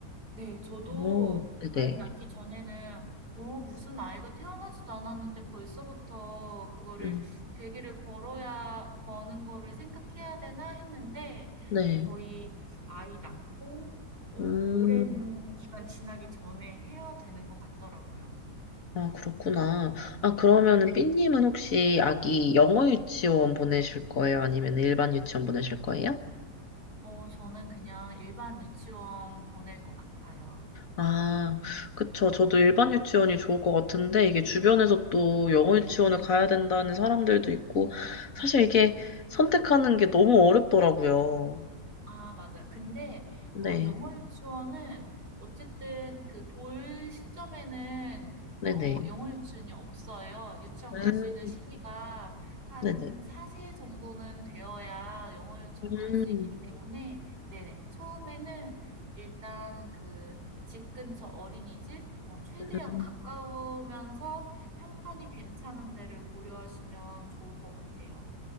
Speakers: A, on the right (about 65°); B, on the left (about 50°).
A: 네. 저도
B: 오, 네네.
A: 아이 낳기 전에는 '어 무슨 아이가 태어나지도 않았는데 벌써부터 그거를
B: 음,
A: 대기를 걸어야 거는 거를 생각해야 되나?' 했는데
B: 네.
A: 거의 아이 낳고 어
B: 음,
A: 오랜 기간 지나기 전에 해야 되는 것 같더라고요.
B: 아, 그렇구나. 아, 그러면은
A: 네.
B: 삐님은 혹시 아기 영어 유치원 보내실 거예요? 아니면 일반 유치원 보내실 거예요?
A: 어 저는 그냥 일반 유치원 보낼 것 같아요.
B: 아, 그쵸. 저도 일반 유치원이 좋을 것 같은데, 이게 주변에서 또 영어 유치원을 가야 된다는 사람들도 있고, 사실 이게 선택하는 게 너무 어렵더라고요.
A: 아, 맞아요. 근데
B: 네,
A: 어 영어 유치원은 어쨌든 그 돌 시점에는
B: 네네,
A: 어 영어 유치원이 없어요. 유치원
B: 음,
A: 갈 수 있는 시기가 한
B: 네네.
A: 4세 정도는 되어야 영어 유치원
B: 음,
A: 갈 수 있기 때문에 네네. 처음에는 일단 그 집 근처 어린이집 뭐 최대한
B: 음.
A: 가까우면서 평판이 괜찮은 데를 고려하시면 좋을 것 같아요.